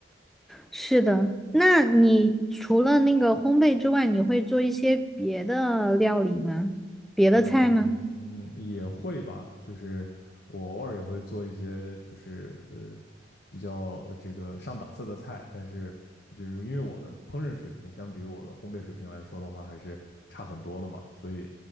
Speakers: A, in the centre; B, on the left (about 60°).
A: 是的，那你除了那个烘焙之外，你会做一些别的料理吗？别的菜吗？
B: 嗯，也会吧，就是我偶尔也会做一些，就是呃比较呃这个上档次的菜，但是就是因为我的烹饪水平相比于我的烘焙水平来说的话，还是差很多的嘛，所以